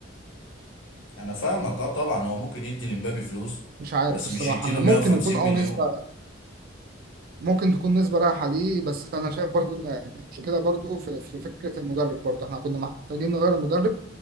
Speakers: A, on the left; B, on the right.
A: انا فاهمك اه طبعا هو ممكن يدي لمبابي فلوس
B: مش عارف
A: بس
B: الصراحة
A: مش يديله
B: يعني
A: 150
B: ممكن يكون اه
A: مليون
B: نسبة ممكن تكون نسبة رايحة ليه بس أنا شايف برضو إن المشكلة برضو في, في فكرة المدرب برضو احنا كنا محتاجين نغير المدرب